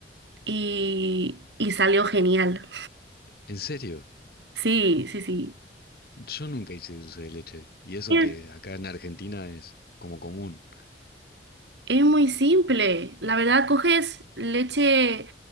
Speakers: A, on the right (about 80°); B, on the left (about 60°).
A: y, y salió genial.
B: ¿En serio?
A: Sí, sí, sí.
B: Yo nunca hice dulce de leche. Y eso
A: Es,
B: que acá en Argentina es como común.
A: es muy simple. La verdad, coges leche